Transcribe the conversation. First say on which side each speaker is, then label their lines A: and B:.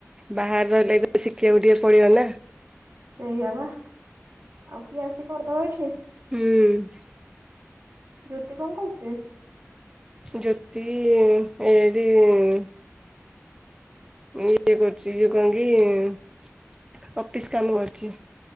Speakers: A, on the right (about 15°); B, on the right (about 55°).
A: ବାହାରେ ରହିଲେ ଶିଖିବାକୁ ଟିକେ ପଡିବନା।
B: ସେୟାବା ଆଉ କିଏ ଆସି କରିଦବ ଏଠି।
A: ହୁଁ।
B: ଜ୍ୟୋତି କଣ କରୁଚି?
A: ଜ୍ୟୋତି ଉୁଁ ଏଇଠି ଉୁଁ ଉୁଁ ଇଏ କରୁଚି ଇଏ କଣକି ଅଫିସ କାମ କରୁଚି।